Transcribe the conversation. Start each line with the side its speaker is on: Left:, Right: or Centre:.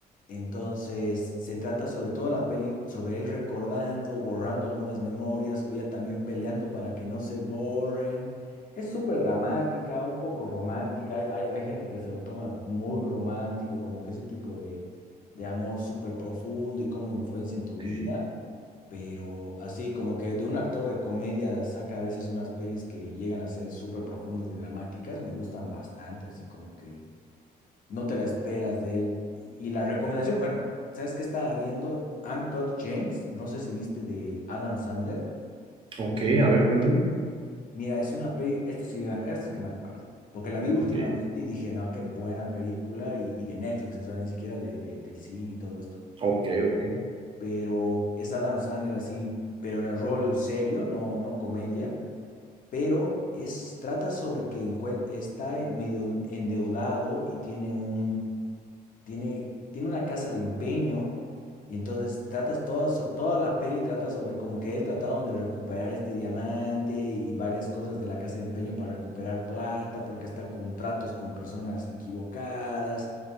Left: Entonces, se trata sobre todo la peli sobre él recordando, borrando algunas memorias o ya también peleando para que no se borren. Es súper dramática, un poco romántica. Hay, hay- hay gente que se lo toma muy romántico, como que ese tipo de, de amor súper profundo y cómo influencia en tu
Right: ok,
Left: vida. Pero así, como que de un actor de comedia saca a veces unas pelis que llegan a ser súper profundas y dramáticas, me gustan bastante, así como que no te la esperas de él. Y la recomendación, bueno, ¿sabes qué estaba viendo? Uncut James, no sé si viste de Adam Sandler.
Right: ok, a ver, cuéntame.
Left: Mira, es una peli, esto sí, esto sí me acuerdo, porque la vi últimamente
Right: Ok.
Left: y dije, no, qué buena película, y, y de Netflix, o sea, ni siquiera de, de- del cine y todo esto.
Right: Ok, ok,
Left: Pero es Adam Sandler así, pero en el rol serio, no, no comedia pero es, trata sobre que encue- está en- medio en- endeudado y tiene un, tiene, tiene una casa de empeño y entonces tratas toda, so- toda la peli trata sobre como que él tratando de recuperar este diamante y varias cosas de la casa de empeño para recuperar plata porque está con tratos con personas equivocadas